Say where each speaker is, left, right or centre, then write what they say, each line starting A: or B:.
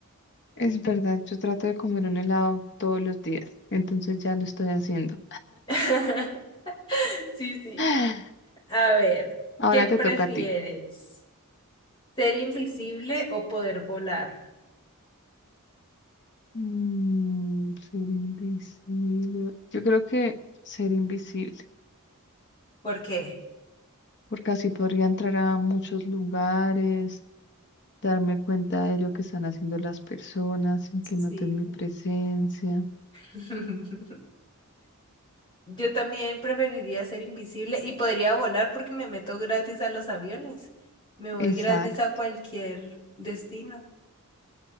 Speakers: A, on the left; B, on the left.
A: es verdad, yo trato de comer un helado todos los días. Entonces ya lo estoy haciendo.
B: <laughs> Sí, sí.
A: <gasps> <laughs>
B: A ver,
A: Ahora
B: ¿qué prefieres?
A: te toca a ti.
B: Ser invisible o poder volar.
A: Mm, ser invisible. Yo creo que ser invisible,
B: ¿Por qué?
A: porque así podría entrar a muchos lugares, darme cuenta de lo que están haciendo las personas sin que
B: Sí.
A: noten mi presencia.
B: <laughs> Yo también preferiría ser invisible y podría volar porque me meto gratis a los aviones. Me voy
A: Exacto,
B: gratis a cualquier destino.